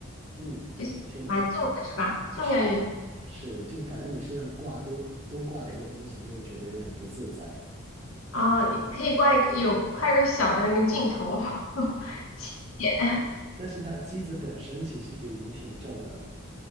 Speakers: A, on the right; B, on the left.
A: 嗯，
B: 就是蛮重的是吧？
A: 但前
B: 重量也
A: 是是就反正你身上挂多多挂了一个东西，就会觉得有点不自在。
B: 啊，你可以挂一个有挂一个小的那个镜头 <laughs> 点的。
A: 但是它机子本身其实就已经挺重的了。